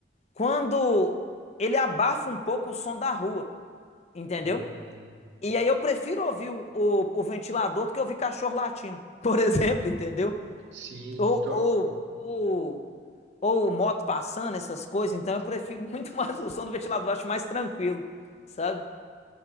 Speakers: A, on the left; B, on the right.
A: Quando ele abafa um pouco o som da rua, entendeu?
B: Hum,
A: E aí eu prefiro ouvir o, o- o ventilador do que ouvir cachorro latindo, <laughs> por exemplo, entendeu?
B: sim,
A: Ou,
B: to-
A: ou, ou ou moto passando, essas coisas, então eu prefiro <laughs> muito mais o som do ventilador, acho mais tranquilo, sabe?